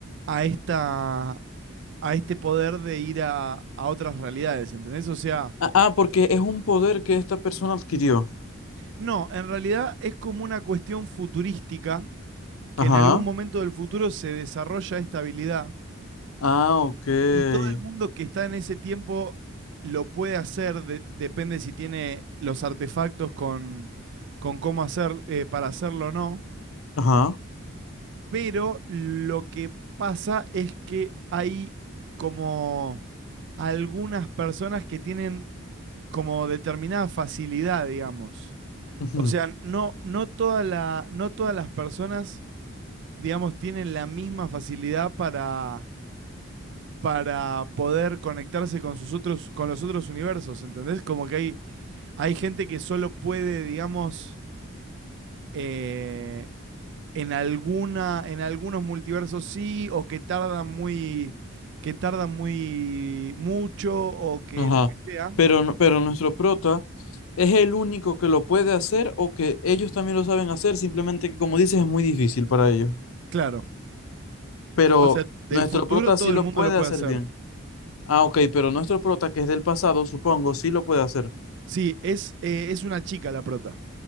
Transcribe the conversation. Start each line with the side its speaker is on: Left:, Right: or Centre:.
Right: a esta, a este poder de ir a, a otras realidades, ¿entendés? O sea,
Left: Ah, ah, porque es un poder que esta persona adquirió.
Right: no, en realidad es como una cuestión futurística que
Left: Ajá.
Right: en algún momento del futuro se desarrolla esta habilidad
Left: Ah, ok.
Right: y todo el mundo que está en ese tiempo lo puede hacer, de- depende si tiene los artefactos con, con cómo hacer, eh, para hacerlo o no,
Left: Ajá.
Right: pero lo que pasa es que hay como algunas personas que tienen como determinada facilidad, digamos.
Left: Ujú.
Right: O sea, no, no toda la, no todas las personas, digamos, tienen la misma facilidad para para poder conectarse con sus otros, con los otros universos, ¿entendés? Como que hay, hay gente que solo puede, digamos, eh, en alguna, en algunos multiversos sí, o que tardan muy, que tardan muy mucho, o que
Left: Ajá.
Right: lo que sea.
Left: Pero, no- pero nuestro prota es el único que lo puede hacer o que ellos también lo saben hacer, simplemente que como dices es muy difícil para ellos.
Right: Claro.
Left: Pero
Right: O sea, del
Left: nuestro
Right: futuro
Left: prota
Right: todo
Left: sí lo
Right: el mundo
Left: puede
Right: lo puede
Left: hacer
Right: hacer.
Left: bien. Ah, ok, pero nuestro prota que es del pasado, supongo, sí lo puede hacer.
Right: Sí, es, eh, es una chica la prota.